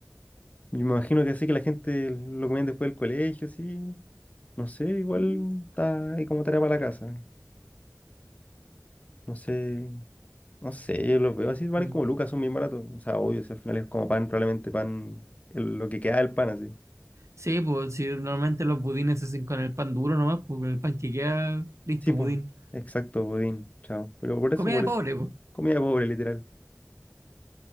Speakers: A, on the left (about 25°); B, on the right (about 65°).
A: Y me imagino que así que la gente lo comían después del colegio, sí. No sé, igual
B: Mm.
A: está ahí como tarea para la casa. No sé. No sé, yo los veo así, valen
B: Mm.
A: como lucas, son bien baratos. O sea, obvio, si al final es como pan, probablemente pan, el- lo que queda del pan, así.
B: Sí, pues si normalmente los budines se hacen con el pan duro nomás, pues con el pan que queda, listo,
A: Sí, pues,
B: budín.
A: exacto, budín, chao. Pero por eso,
B: Comida
A: por
B: de
A: eso.
B: pobre, pues.
A: Comida pobre, literal.